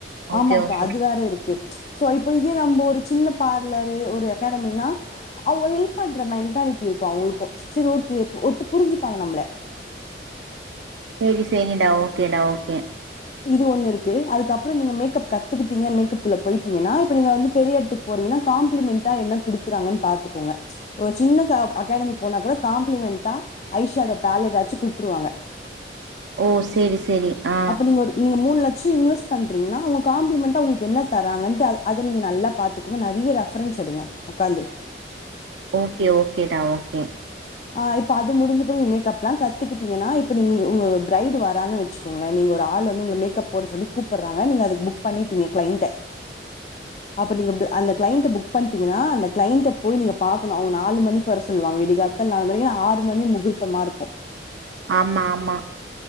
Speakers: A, on the right (about 80°); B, on the left (about 35°).
A: ஓகே
B: ஆமாக்கா
A: ஓகே
B: அது வேற இருக்கு சோ இப்ப இதே நம்ம ஒரு சின்ன பார்லரு ஒரு அகாடமினா அவ ஒரு ஹெல்ப் பண்ற மென்டாலிட்டி இருக்கும் அவங்களுக்கும் சரி ஓகே ஒத்து புரிஞ்சுப்பாங்க நம்மள
A: சேரி சேரிடா ஓகேடா ஓகே
B: இது ஒண்ணு இருக்கு அதுக்குப்புறம் நீங்க மேக்கப் கத்துக்கிட்டீங்க மேக்கப் குள்ள போயிட்டீங்கன்னா இப்ப நீங்க வந்து பெரிய இடத்துக்கு போறீங்கன்னா காம்ப்ளிமெண்டா என்ன குடுக்குறாங்கன்னு பாத்துக்கோங்க ஒரு சின்ன அகாடமி போனா கூட காம்ப்ளிமெண்டா ஐஷயாவடோட பேலெடாச்சு குடுத்துருவாங்க
A: ஓ சேரி சேரி ஆ
B: அப்ப நீங்க ஒரு நீங்க மூணு லட்சம் சம் இன்வெஸ் பன்றிங்கன்னா அவங்க காம்ப்ளிமென்ட் ஆ உங்களுக்கு என்ன தராங்கன்ட்டு அது அது நல்லா பார்த்துக்கோங்க நெறையா ரெபெரென்ஸ் எடுங்க உட்கார்ந்து
A: ஓகே ஓகேடா ஓகே
B: ஆ இப்ப அது முடிஞ்சப் பிறகு மேக்கப் லாம் கத்துக்கிட்டீங்கன்னா இப்ப பிரரைடு வராங்கன்னு வச்சுக்கோங்கள நீங்க ஒரு ஆள் வந்து மேக்கப் போட சொல்லி கூப்பிடுறாங்கங்க நீங்க அதுக்கு புக் பண்ணிட்டிங்க கிளையண்ட் அ அப்ப நீங்க அந்த கிளையண்ட் புக் பண்ணீடிங்கனா அந்த கிளைண்ட போய் நீங்க பார்க்கணும் அவங்க நாலு மணிக் வர சொல்லுவங்கா விடி கால த்த நாலு மணி ஆறு மணி முகூர்தமா இருக்கும்
A: ஆமா ஆமா